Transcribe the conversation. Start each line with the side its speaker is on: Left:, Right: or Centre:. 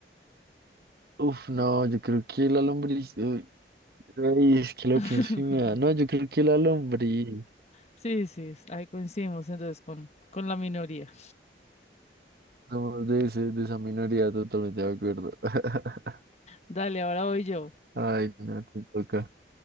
Right: Uf, no, yo creo que la lombriz. Uy, ay, es que lo
Left: <laughs>
Right: pienso y me da. No, yo creo que la lombriz.
Left: Sí, sí, ahí coincidimos entonces con, con la minoría.
Right: Somos de, ese, de esa minoría, totalmente de acuerdo. <laughs>
Left: Dale, ahora voy yo.
Right: Ay, no, te toca.